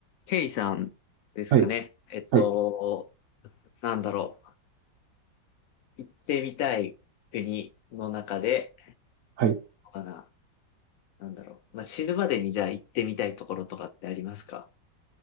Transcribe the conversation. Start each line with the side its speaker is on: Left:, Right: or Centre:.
Left: ケイさんですかね。
Right: はい、
Left: えっと、
Right: はい、
Left: なんだろう。行ってみたい国の中で、
Right: はい。
Left: かななんだろう。まあ、死ぬまでにじゃあ行ってみたいところとかってありますか